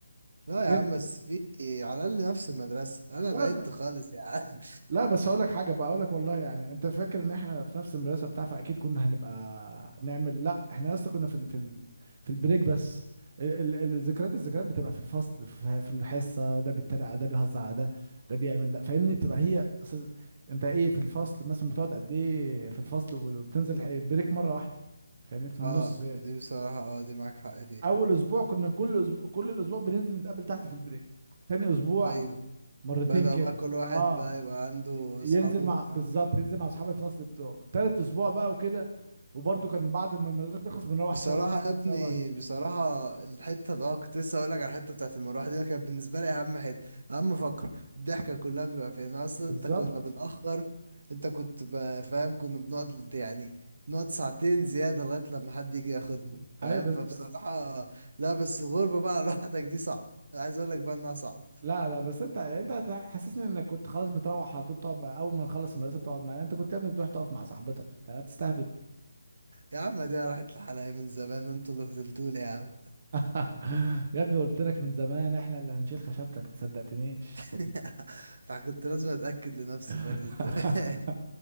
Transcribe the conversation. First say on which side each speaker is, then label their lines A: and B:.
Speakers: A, on the right; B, on the right.
A: لا
B: بين-
A: يا عم بس في على الأقل نفس المدرسة أنا
B: لا
A: بعدت خالص يا عم
B: لا بس هقول لك حاجه بقى اقول لك والله يعني انت فاكر ان احنا في نفس المدرسه بتاع فاكيد كنا هنبقى نعمل لا احنا لسه كنا في ال... في ال... في البريك بس ال... ال... ال- الذكريات الذكريات بتبقى في الفصل في, في الحصه ده بيتريق على ده بيهزر على ده ده بيعمل لا فاهمني بتبقى هي اصل انت ايه في الفصل مثلا بتقعد قد ايه في الفصل وبتنزل البريك مره واحده فاهمني
A: <laughs>
B: في النص
A: اه دي بصراحة اه دي معاك حق فيها
B: اول اسبوع كنا كل أسبوع كل الاسبوع بننزل نتقابل تحت في البريك تاني اسبوع
A: أيوه
B: مرتين
A: بدأ
B: كده
A: بقى كل واحد
B: اه
A: بقى يبقى عنده
B: ي- ينزل
A: أصحابه
B: مع
A: بتاع
B: بالظبط ينزل مع اصحاب الفصل بتوعه تالت اسبوع بقى وكده وبرده كان بعد ما المدرسه بتخلص بنروح
A: بصراحة
B: سوا بنعمل
A: يا ابني
B: سوا
A: بصراحة الحتة بقى كنت لسه هقولك على الحتة بتاعت المروحة دي أنا كانت بالنسبة لي أهم حتة أهم فقرة الضحكة كلها بيبقى فيها أنا أصلا
B: بالظبط
A: أنت كنا بنأخر أنت كنت ب- فاهم كنا بنقعد يعني نقعد ساعتين زيادة لغاية لما حد يجي ياخدنا فاهم
B: ايوه ب-
A: فبصراحة
B: بس
A: لا بس الغربة بقى <laughs> لوحدك دي صعبة أنا عايز أقولك بقى إنها صعبة
B: لا لا بس انت انت هت- حسسني انك كنت خلاص بتروح على طول تقعد مع اول ما نخلص المدرسه بتقعد معانا انت كنت يا ابني بتروح تقف مع صاحبتك انت هتستهبل
A: يا عم دي راحت لحالها من زمان وأنتوا اللي فضلتولي يا عم
B: <laughs> يا ابني قلت لك من زمان احنا اللي هنشيل خشبتك ما صدقتنيش
A: <laughs> فكنت لازم أتأكد لنفسي برضه
B: <laughs>
A: أنت فاهم؟